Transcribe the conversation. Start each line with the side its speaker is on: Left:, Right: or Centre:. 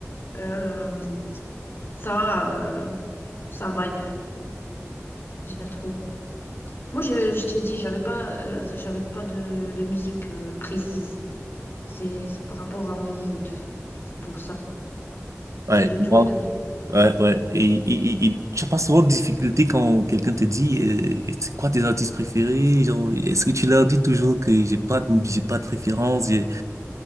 Left: Euh, ça, euh, ça vibe. J'aime trop. Moi, je, je t'ai dit, j'avais pas, euh, j'avais pas de, de musique euh, précise. C'est c'est par rapport à mon mood. C'est pour ça.
Right: Ouais.
Left: J'ai de tout et de rien.
Right: Ouais, ouais. Et, et, et, et tu as pas souvent de difficulté quand quelqu'un te dit, euh, c'est quoi tes artistes préférés? Genre, est-ce que tu leur dis toujours que j'ai pas de, j'ai pas de préférence? j'ai-